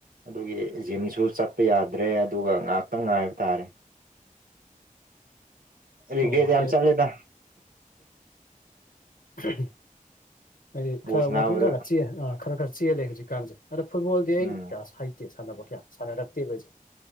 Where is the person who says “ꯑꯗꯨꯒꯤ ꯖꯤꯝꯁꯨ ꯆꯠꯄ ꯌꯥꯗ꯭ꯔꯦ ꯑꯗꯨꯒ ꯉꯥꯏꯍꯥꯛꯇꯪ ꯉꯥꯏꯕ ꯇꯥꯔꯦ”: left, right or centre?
Right